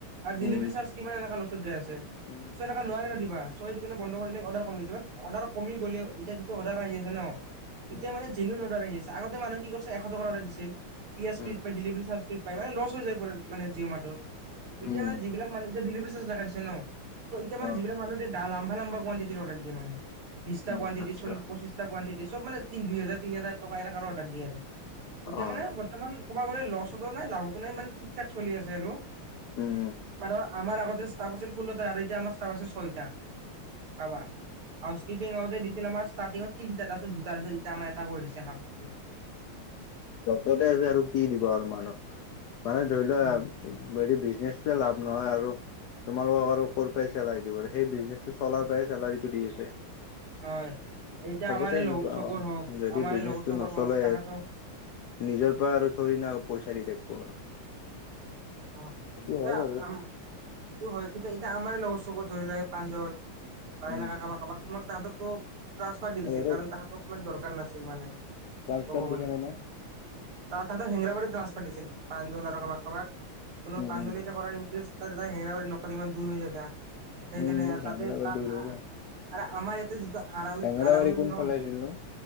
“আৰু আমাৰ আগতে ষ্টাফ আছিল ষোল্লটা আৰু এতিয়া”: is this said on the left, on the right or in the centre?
Right